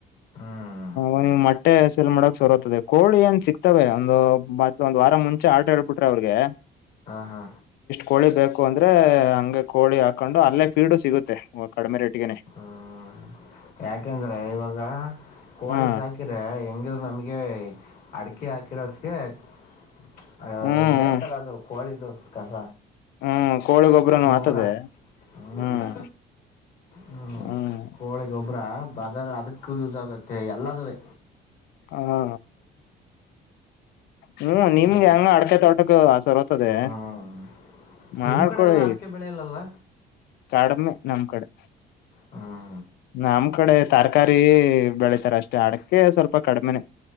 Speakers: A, on the left (about 55°); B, on the left (about 75°).
A: ಹ್ಮ್
B: ಒಂದ್ ಮಟ್ಟೆ ಸೆಲ್ ಮಾಡಕ್ ಸರತದೆ ಕೋಳಿ ಏನ್ ಸಿಕ್ತವೆ ಒಂದು ಬಟ್ ಒಂದ್ ವಾರ ಮುಂಚೆ ಆರ್ಡರ್ ಹೇಳ್ಬಿಟ್ರೆ ಅವ್ರಿಗೆ.......
A: ಹಾ ಹಾ
B: ಕೋಳಿಬೇಕೇಕು ಅಂದ್ರೆ ಹಂಗ ಕೋಳಿ ಹಾಕೊಂಡು ಅಲ್ಲೇ ಫೀಡು ಸಿಗುತ್ತೆ ಕಡಿಮೆ ರೇಟಗನೆೇ
A: ಹ್ಮ್ ಯಾಕೆಂದ್ರೆ ಇವಾಗ ಕೋಳಿ
B: ಹಾ
A: ಸಾಕಿದ್ರೆ ಹೆಂಗಿದ್ರು ನಮ್ಗೆ ಅಡಕೆ ಹಾಕಿರೋದ್ಗೆ <inaudible>
B: ಹ್ಮ್
A: ಬೇಕಲ್ಲ
B: ಹ್ಮ್
A: ಅದು ಕೋಳಿದ್ದು ಕಸ
B: ಹ್ಮ್ ಕೋಳಿ ಗೊಬ್ರನು
A: ಗೊಬರ
B: ಆತದೆ
A: ಹ್ಮ
B: ಹ್ಮ್
A: ಹ್ಮ
B: ಹ್ಮ್
A: ಕೋ ಒಬ್ರ ಬದರ್ ಅದಕ್ಕ ಯೂಸ್ ಆಗತ್ ಮತ್ತು ಎಲ್ಲದವೇ
B: ಹಾ ಹ್ಮ
A: ಹ್ಮ್
B: ನಿಮ್ಗೆ ಹೆಂಗ ಅಡ್ತೆ <unintelligible> ಹು ಬರತದೆ
A: ಹ್ಮ್
B: ಮಾಡ್ಕೊಳ್ಳಿ
A: ನಿಮ್ಮ ಕಡೆ ಎಲ್ಲ ಅಡಿಕೆ ಬೆಳೆಯಲ್ಲಲ್ಲ
B: ಕಡಿಮೆ ನಮ್ ಕಡೆ
A: ಹ
B: ನಮ್ ಕಡೆ ತರಕಾರಿ ಬೆಳ ತ ಅಷ್ಟೇ ಅಡಕ್ಕೆ ಸ್ವಲ್ಪ ಕಡಿಮೆನೆ